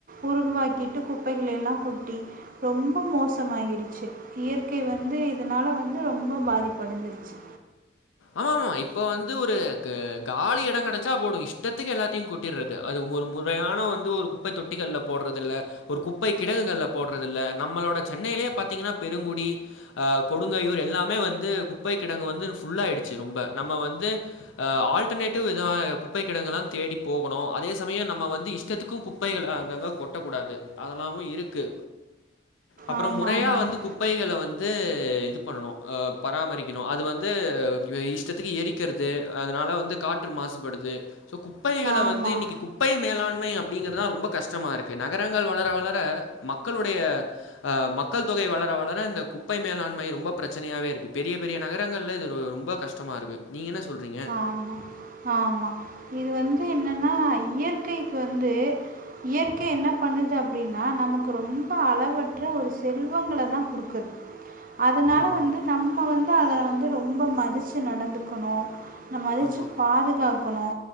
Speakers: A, on the right; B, on the left.
A: உருகுவாக்கிட்டு குப்பைகள எல்லா கொட்டி ரொம்ப மோசாமாகிடுச்சு இயற்கை வந்து இதுனால வந்து ரொம்ப பாதிப்படஞ்சுருச்சு
B: ஆமா ஆமா இப்ப வந்து ஒரு க காலி எடோ கிடைச்சா போடு இஷ்டத்துக்கு எல்லாத்தையு கொட் டிறது அது ஒரு முறையான வந்து ஒரு குப்பை தொட்டிகள்ல போட்றது இல்ல ஒரு குப்பை கிடங்குகள்ல போட்றதுல்ல நம்மளோட சென்னையிலயே பாத்தீங்கன்னா பெருங்குடி ஆ கொடுங்கையூர் எல்லாமே வந்து குப்பை கிடங்கு வந்து ஃபுல்லாயிடுச்சு ரொம்ப நம்ம வந்து ஆ ஆல்டர்னேட்டிவ் இத குப்பை கெடங்கல்லா தேடி போகணு அதே சமயோ நம்ம வந்து இஷ்டத்துக்கு குப் குப்பைகள அங்கங்க கொட்டக்க கூடாது அதெல்லாமு இருக்கு அப்றோ
A: ஆமாம்
B: முறையா
A: ஆமாம்
B: வந்து
A: ஆமாம்
B: குப் குப்பைகள வந்து இது பண்ணணு ஆ பராமரிக்கணு அது வந்து இத இஷ்டத்துக்கு எரிக்றது அதனால வந்து காற்று மாசுபடுது ஸோ குப்பைகள
A: ஆமாம்
B: வந்து இன்னைக்கு குப் குப்பை மேலாண்மை அப்டிங்கிறதுதா ரொம்ப கஷ்டமா இருக்கு நகரங்கள் வளர வளர மக்களுடைய ஆ மக்கள் தொகை வளர வளர இந்த கு குப்பை மேலாண்மை ரொம்ப பிரச்சனையாவே இருக்குது பெரிய பெரிய நகரங்கள்ல இது ரொம்ப கஷ்டமாக இருக்குது நீங்க என சொல்றீங்க
A: ஆமா ஆமா இது வந்து எனன்னா இயற்கைக்கு வந்து இயற்கை என்ன பண்ணுது அப்டின்னா நமக்கு ரொம்ப அளவற்ற ஒரு செல்வங்களதா குடுக்குது அதனால
B: ம்,
A: வந்து
B: ம்.
A: நம்ம வந்து அத வந்து ரொம்ப மதிச்சு நடந்துக்கணு அத மதிச்சு
B: ஆமா,
A: பாதுகாக் கணு